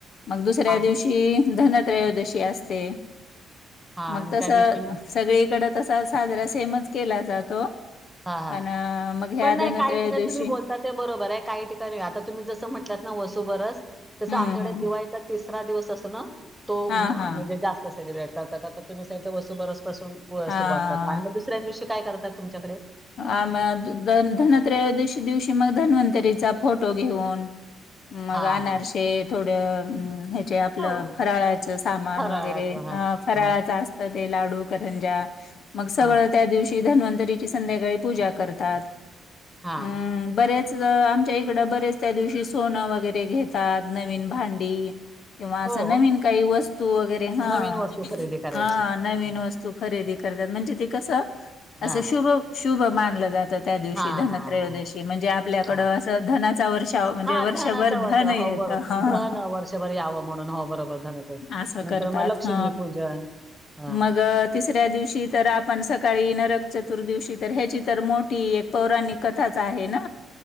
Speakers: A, on the left; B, in the centre.
A: मग दुसऱ्या
B: आणि
A: दिवशी धनत्रयोदशी असते
B: हां
A: मग
B: आणि
A: तस
B: त्या दिवशी मग
A: सगळीकड तसा साजरा सेमच केला जातो
B: हां, हां.
A: पण मग ह्या
B: पण नाही
A: धनत्रय
B: काही ठिकाणी
A: दिवशी
B: तुम्ही बोलता ते बरोबर आहे काही ठिकाणी आता तुम्ही जसं म्हटलंत ना वसूबरस तसं
A: हम्म
B: आमच्याकडे
A: हम्म
B: दिवाळीचा तिसरा दिवस असो ना तो
A: हा
B: म्हणजे
A: हा
B: जास्त सेलिब्रेट करात आता तुम्ही सगितलं वसू बरस पासून
A: हा.
B: सुरुवात करात आणि मग दुसऱ्या दिवशी काय करतात तुमच्याकडे
A: आम धनवत्रयोदशी दिवशी मग धन्वंतरीचा फोटो घेऊन मग
B: हां,
A: आनारसेे
B: हां.
A: थोड. ते आपलं
B: हो,
A: फराळाचं सामान
B: फराळाचं.
A: वगैरे
B: हां,
A: फराळाचं
B: हां,
A: ते लाडू करंजा मग सगळं
B: हां,
A: त्या दिवशी धन्वंतरीची संध्याकाळी पूजा करतात.
B: हां.
A: हम्म बर. आमच्या इकडं बरेच त्या दिवशी सोनं वगैरे घेतात नवीन भांडी किंवा असं
B: हो,
A: नवीन काही वस्तू वगैरे हा
B: नवीन वस्तू खरेदी करायची.
A: हा नवीन
B: हं.
A: वस्तू खरेदी तात म्हणजे ते कस
B: हां,
A: अस शुभ शुभ मानलं जात. त्या दिवशी
B: हां,
A: धनत्रयोदशी
B: हां, हां, हां.
A: म्हणजे आपल्याकडं
B: हा
A: असं धनाचा वर्षा म्हणजे
B: हा
A: वर्षभर
B: धनाचा वर्ष
A: धन
B: हो
A: हा
B: बरोबर धन वर्षभर यावं म्हणून हो बरोबर धनाचं
A: असं
B: नंतर
A: करतात
B: मग लक्ष्मी
A: ह.
B: पूजन हा
A: मग तिसऱ्या दिवशी तर आपण सकाळी नरक चतुर्दिशी तर ह्याची तर मोठी एक पौराणिक कथाच आहे ना.